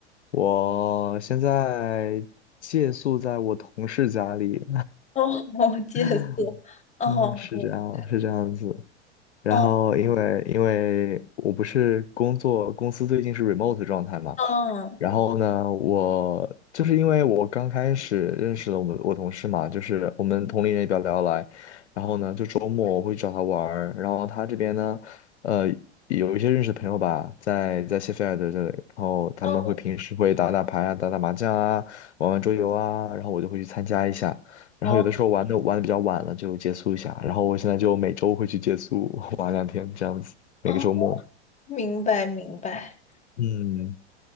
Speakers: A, on the left (about 80°); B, on the left (about 20°).
A: 我现在借宿在我同事家里，
B: 哦，<laughs> 借宿。
A: <laughs>
B: 哦，
A: 嗯，是这样，
B: 对
A: 是这样子。然后因为因为我不是工作公司最近是
B: 哦，
A: remote 状态嘛，
B: 哦，
A: 然后呢，我就是因为我刚开始认识了我们我同事嘛，就是我们同龄人也比较聊得来，然后呢，就周末我会找他玩儿，然后他这边呢，呃，有一些认识的朋友吧，在在谢菲尔德这里，然后他们会平时会打打牌啊，
B: 哦，
A: 打打麻将啊，玩玩桌游啊，然后我就会去参加一下。然后有的时候玩的玩的比较晚了就结束一下，
B: 哦，
A: 然后我现在就每周会去结束 <laughs> 玩两天这样子，每个周末。
B: 哦，明白，明白。
A: 嗯，